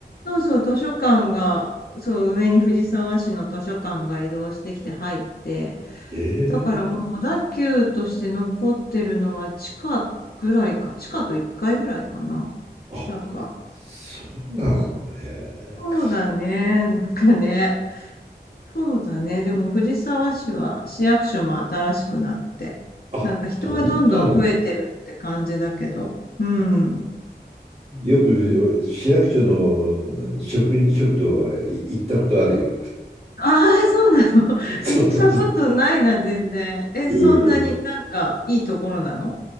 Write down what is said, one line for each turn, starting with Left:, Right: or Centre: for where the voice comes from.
Left: そうそう、図書館が、そう、上に藤沢市の図書館が移動してきて入って、
Right: ええ
Left: だからもう小田急として残ってるのは地下ぐらいか、地下と1階ぐらいかな。
Right: あ、
Left: だから、
Right: そうなのねえ。
Left: そうだね、なんかね、そうだね、でも藤沢市は市役所も新しくなって、
Right: あ、
Left: なんか人はどんどん増えてるって感じだけど、
Right: 本当。
Left: うん。
Right: よく市役所の職員食堂はい行ったことあるよ。
Left: ああ、そうなの。<laughs>
Right: <laughs> そうそうそう。
Left: 行ったことないな、全然。え、
Right: うん。
Left: そんなになんかいいところなの